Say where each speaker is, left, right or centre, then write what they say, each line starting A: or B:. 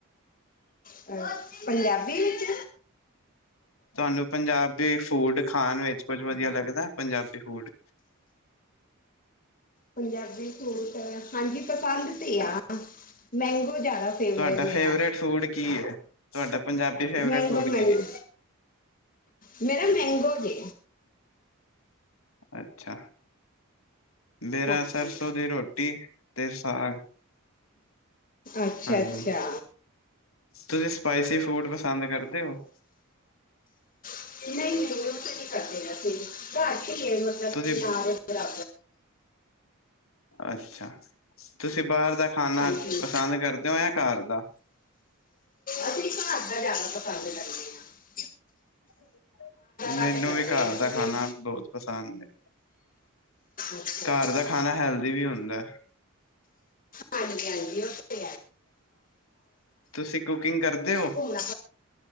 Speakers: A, on the left (about 40°); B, on the left (about 70°).
A: ਅ, ਪੰਜਾਬੀ ਵਿੱਚ
B: ਤੁਹਾਨੂੰ ਪੰਜਾਬੀ ਫੂਡ ਖਾਣ ਵਿੱਚ ਕੁਝ ਵਧੀਆ ਲੱਗਦਾ, ਪੰਜਾਬੀ ਫੂਡ
A: ਪੰਜਾਬੀ ਫਰੂਟ, ਹਾਂਜੀ ਪਸੰਦ ਤੇ ਆ, ਮੈਂਗੋ ਜ਼ਿਆਦਾ ਫੇਵਰੇਟ
B: ਤੁਹਾਡਾ
A: ਮੇਰਾ
B: ਫੇਵਰੇਟ ਫੂਡ ਕੀ ਹੈ, ਤੁਹਾਡਾ ਪੰਜਾਬੀ ਫੇਵਰੇਟ
A: ਮੈਂਗੋ
B: ਫੂਡ
A: ਮੈਂਗੋ
B: ਕੀ ਹੈ
A: ਮੇਰਾ ਮੈਂਗੋ ਜੋ
B: ਅੱਛਾ, ਮੇਰਾ
A: ਹਾਂਜੀ
B: ਸਰਸੋਂ ਦੀ ਰੋਟੀ ਤੇ ਸਾਗ
A: ਅੱਛਾ,
B: ਹਾਂਜੀ,
A: ਅੱਛਾ।
B: ਤੁਸੀਂ ਸਪਾਈਸੀ ਫੂਡ ਪਸੰਦ ਕਰਦੇ ਹੋ।
A: ਨਹੀਂ- ਨਹੀਂ, ਉਹ ਤਾਂ ਨੀ ਕਰਦੇ ਅਸੀ, ਘਰ ਹੀ ਹੈ ਮਤਲਬ
B: ਤੁਸੀਂ
A: ਬਰਾ
B: ਅੱਛਾ, ਤੁਸੀਂ ਬਾਹਰ ਦਾ ਖਾਣਾ
A: ਹਾਂਜੀ
B: ਪਸੰਦ ਕਰਦੇ ਹੋ ਜਾਂ ਘਰ ਦਾ।
A: ਅਸੀਂ ਘਰ ਦਾ ਜ਼ਿਆਦਾ ਪਸੰਦ ਕਰਦੇ ਹਾ।
B: । ਮੈਨੂੰ
A: ਘੱਟ ਕਰਦੇ
B: ਵੀ ਘਰ
A: ਹਾਂ ਅਸੀਂ
B: ਦਾ
A: ਤੇ
B: ਖਾਣਾ ਬਹੁਤ' ਪਸੰਦ ਹੈ।
A: ਅੱਛਾ
B: ਘਰ
A: ਅੱਛਾ
B: ਦਾ ਖਾਣਾ 'ਹੈਲਦੀ' ਵੀ ਹੁੰਦਾ।
A: ਹਾਂਜੀ, ਹਾਂਜੀ ਰੂੰ ਕਿਥੇ
B: ਤੁਸੀਂ ਕੁਕਿੰਗ ਕਰਦੇ ਹੋ
A: ਘੁੰਮਣਾ।